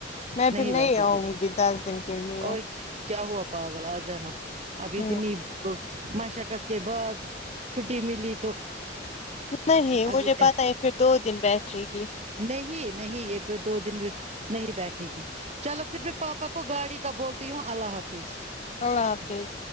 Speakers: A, on the left (about 35°); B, on the right (about 35°).
A: میں پھر
B: بیٹھے
A: نہیں آؤں
B: گے
A: گی دس دن کے لیے
B: اور کیا ہوا پاگل آ جانا ابھی اتنی
A: ہ
B: مشقت کے بعد چھٹی ملی تو
A: نہیں
B: ابھی
A: مجھے پت ہے پھر دو دن بیٹھے گی
B: نہیں نہیں یہ دو دن نہیں بیٹھے گی چلو پھر میں پاپا کو گاڑی کا بولتی ہوں اللہ حافظ
A: اللہ حافظ